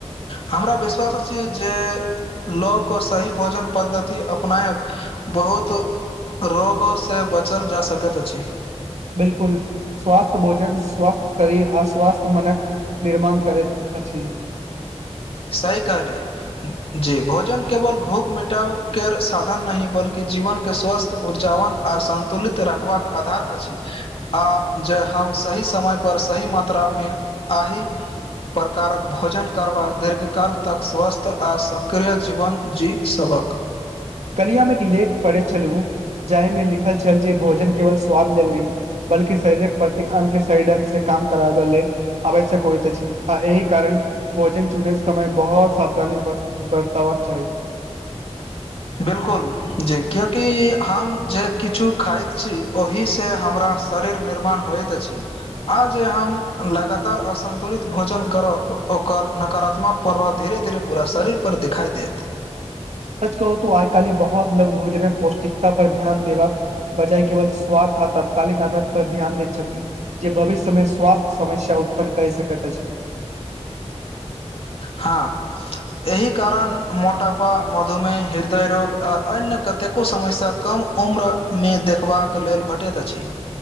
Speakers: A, on the left; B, on the right.
A: हमरा विश्वास अछि जे लोक सही भोजन पद्धति अपनायब- - बहुत रोगो से बचल जा सकैत अछि।
B: बिलकुल स्वस्थ भोजन, स्वस्थ शरीर, अस्वस्थ मनन- - निर्माण करैत अछि।
A: सही कहलिए -- जी भोजन केवल भूख मिटाव के साधन नहि बल्कि जीवन के स्वस्थ ऊर्जाावन- - आ संन्तुलित रखबाक आधार अछि। आ जे हम सही समय पर सही मात्रा मे आहि- - प्रकारक भोजन- - करबा दीर्घकाल तक स्वस्थ आ सक्रिय जीवन जी सभक- -
B: कलियामे एक लेख पढ़ैत छलु, जाहि मे लिखल छल जे भोजन केवल स्वाद लेल नैय- - बल्कि शारीरिक प्रति अंग के सही ढंग से काम कराबे लेल- - आवश्यक होइत अछि, आ एहि कारण -- भोजन चुने समय बहुत सावधानी ब बरतवा चाही।
A: बिलकुल जी क्युकि हम जे किछु खाइत छी। ओहि से हमरा शरीर निर्माण होइत अछि। आ जे हम लगातार असन्तुलित भोजन करब ओकर नकारात्मक- - परात धीेरे धीेरे पूरा शरीर पर दिखाई देैत।
B: सच कहू तऽ आइ काली बहुत लोग भोजन पौष्टिक- - तब ध्यान देबाक बजाय केवल स्वाद आ तात्कालिक आनन्द पर ध्यान दैत छथि। जे भविष्यमे स्वस्थ्य समस्य उत्पन्न कै सकैत अछि।
A: हां -- एहि कारण मोटापा, मधुमेह, हृदय रोग आ अन्य कतेको समाय से कम- - उम्रमे देखबाक लेल भटैत अछि।